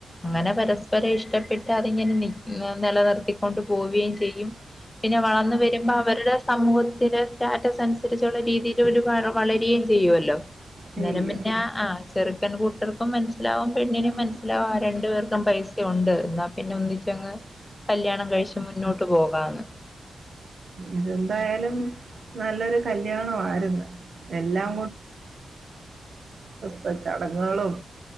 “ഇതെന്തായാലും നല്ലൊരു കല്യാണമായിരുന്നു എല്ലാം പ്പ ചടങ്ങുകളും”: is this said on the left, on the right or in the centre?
Right